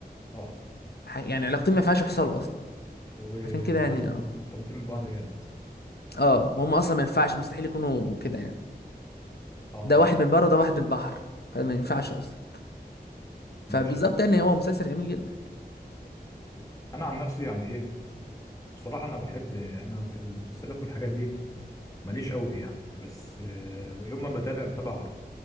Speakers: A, on the left; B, on the left.
A: اه
B: ح- يعني علاقتين ما ينفعش يحصلوا اصلا
A: و...
B: عشان كده
A: ولقوا
B: يعني
A: م-
B: اه
A: مرتبطين ببعض جامد
B: اه وهم اصلا ما ينفعش
A: ماشي
B: مستحيل يكونوا كده يعني
A: اه
B: ده
A: فهمت
B: واحد من بره وده واحد من البحر فما ينفعش اصلا فبالظبط
A: ماشي
B: يعني هو مسلسل جميل جدا
A: انا عن نفسي يعني ايه بصراحه انا بحب انا في المسلسلات والحاجات دي ماليش قوي فيها بس آه، ويوم ما بتابع بتابع عربي